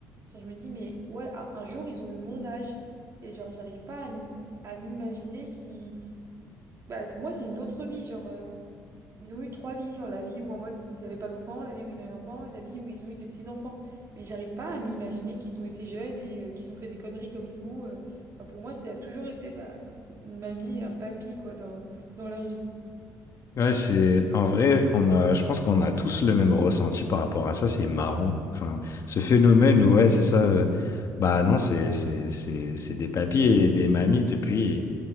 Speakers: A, on the right (about 45°); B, on the left (about 50°).
A: genre, je me dis, mais ouais, un un jour, ils ont eu mon âge. Et genre, j'arrive pas à m- à m'imaginer qui. Bah, pour moi, c'est une autre vie. Genre, euh, ils ont eu trois vies, genre la vie où en mode ils n'avaient pas d'enfants, la vie où ils ont eu des enfants et la vie où ils ont eu des petits-enfants. Mais j'arrive pas à m'imaginer qu'ils ont été jeunes et euh, qu'ils ont fait des conneries comme nous. euh. Enfin, pour moi, ça a toujours été bah, une mamie et un papy quoi, dans, dans leur vie.
B: Ouais, c'est en vrai, on a, je pense qu'on a tous le même ressenti par rapport à ça. C'est marrant, enfin, ce phénomène où ouais, c'est ça. euh, Bah non, c'est c'est c'est c'est des papis et des mamies depuis